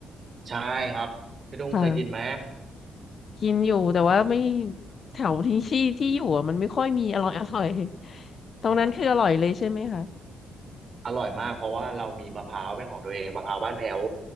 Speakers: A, on the right; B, on the left.
A: ใช่ครับพี่ตุ้มเคยกินไหม
B: ค่ะกินอยู่แต่ว่าไม่แถวที่ที่ที่อยู่อะมันไม่ค่อยมีอร่อย <laughs> อร่อยตรงนั้นคืออร่อยเลยใช่ไหมคะ
A: อ๋อ อร่อยมากเพราะว่าเรามีมะพร้าวเป็นของตัวเองมะพร้าวบ้านแพ้ว